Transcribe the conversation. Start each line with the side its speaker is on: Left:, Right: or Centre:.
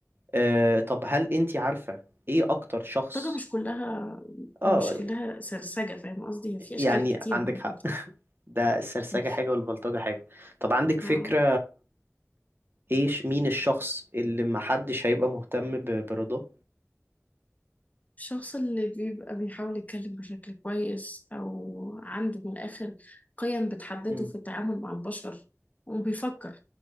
Right: آه طب هل انت عارفة ايه اكتر شخص
Left: مش كلها
Right: اه
Left: مش كلها سرسجة فاهم قصدي هي في
Right: يعني
Left: أشكال كتيرة
Right: عندك
Left: من البلطجة
Right: حق <laughs> ده السرسجة
Left: <laughs>
Right: حاجة والبلطجة حاجة طب عندك فكرة
Left: آه.
Right: ايش مين الشخص اللي محدش هيبقى مهتم ب... برضاه
Left: الشخص اللي بيبقى بيحاول يتكلم بشكل كويس أو عنده من الآخر قيم بتحدده
Right: مم.
Left: في التعامل مع البشر وبيفكر